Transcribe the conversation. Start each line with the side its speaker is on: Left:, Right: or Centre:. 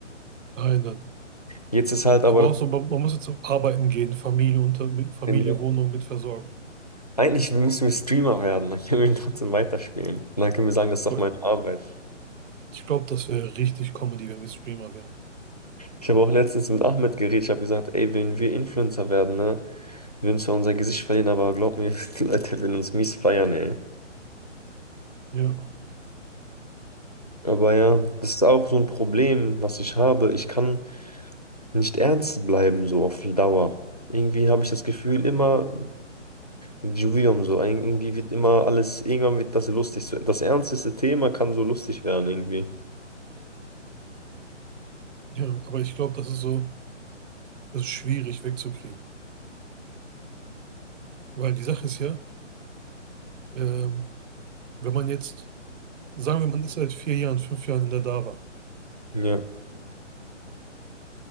Right: Einen.
Left: Jetzt ist halt aber
Right: Aber
Left: das.
Right: auch so, man man muss jetzt auch arbeiten gehen, Familie unter, mit Familie,
Left: Problem,
Right: Wohnung mit versorgen.
Left: Eigentlich müssen wir Streamer werden, dann können wir ihn trotzdem weiterspielen. Und dann können wir sagen, das ist doch
Right: Boah,
Left: meine Arbeit.
Right: Ich glaube, das wäre richtig Comedy, wenn wir Streamer wären.
Left: Ich habe auch letztens mit Ahmed geredet, ich habe gesagt, ey, wenn wir Influencer werden, ne, wir würden zwar unser Gesicht verlieren, aber glaub mir, <laughs> die Leute werden uns mies feiern, ey.
Right: Ja.
Left: Aber ja, das ist auch so ein Problem, was ich habe. Ich kann nicht ernst bleiben, so auf Dauer. Irgendwie habe ich das Gefühl, immer Juvium so. Irgendwie wird immer alles, irgendwann wird das lustig. So, das ernsteste Thema kann so lustig werden, irgendwie.
Right: Ja, aber ich glaube, das ist so, das ist schwierig wegzukriegen. Weil die Sache ist ja, ähm, wenn man jetzt, sagen wir, man ist seit vier Jahren, fünf Jahren in der DAWA.
Left: Ja,